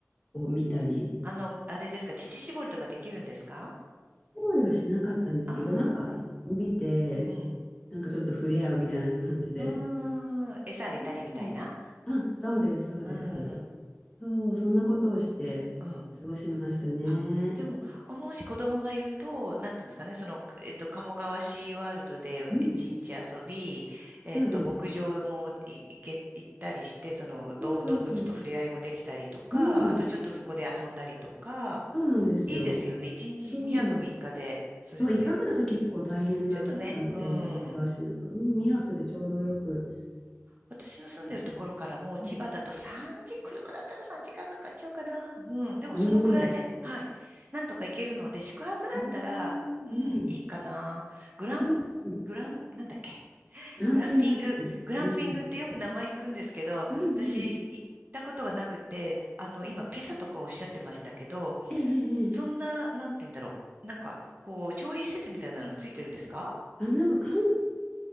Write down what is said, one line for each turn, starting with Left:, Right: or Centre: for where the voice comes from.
Left: を見たり、
Right: あの、あれですか、乳搾りとかできるんですか
Left: 料理はしなかったんですけど、
Right: ああ
Left: なんか見て、
Right: ー、うん、うん。
Left: なんかちょっと触れ合うみたいな感じで。
Right: うーん。餌あげたりみたいな。
Left: うん。あ、そうです、そうです。
Right: うん、うん、
Left: そう、そんなことをして過ごしましたね。
Right: うん。あ、でも、あもし子供がいると、なんていうんですかね、その、えっと、鴨川シーワールドで一日遊び、
Left: うん、
Right: えっと、
Left: そうです。
Right: 牧場もい行け、行ったりして、その、動動物と触れ合いもできたりとか、
Left: そうそうそう。うん、
Right: あとちょっとそこで遊んだりとか、
Left: そうなんですよ。
Right: いいですよね。一日2泊3日で、
Left: そう、
Right: それぞれ。
Left: そう、一泊だと結構大変だったので、
Right: ちょっとね、うん。
Left: せわしなく。うん、二泊でちょうどよく。
Right: うん私の住んでるところからもう千葉だと3時、
Left: いいですねうん、
Right: 車だったら3時間かんかかっちゃうかな。うん。でもそのくらいで、
Left: なるほど。
Right: はい。なんとか行けるので、宿泊だったら、
Left: えー、う
Right: うん、
Left: ん、
Right: いいかな。グラン、
Left: うん、うん
Right: グラン、なんだっけ。
Left: グランピングって言って、
Right: グランピング。グランピングってよく名前聞くんですけど、
Left: うん、うん、
Right: 私行ったことがなくて、
Left: うん。
Right: あの、今ピザとかおっしゃってましたけど、
Left: ええええええ
Right: そんな、なんて言うんだろう。なんか、こう、調理施設みたいなのもついてるんですか
Left: あ、なんか簡単